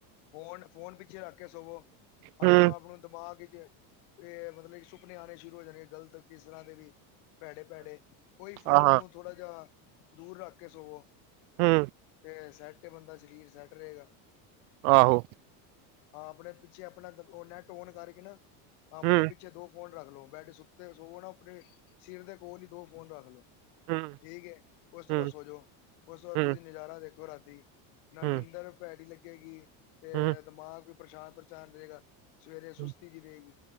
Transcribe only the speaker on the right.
ਹੂੰ
ਹਾਂ ਹਾਂ
ਹੂ।
ਆਹੋ
ਹੂੰ
ਹੂੰ
ਹੂੰ
ਹੂੰ
ਹੂੰ,
ਹੂੰ,
ਹੂੰ,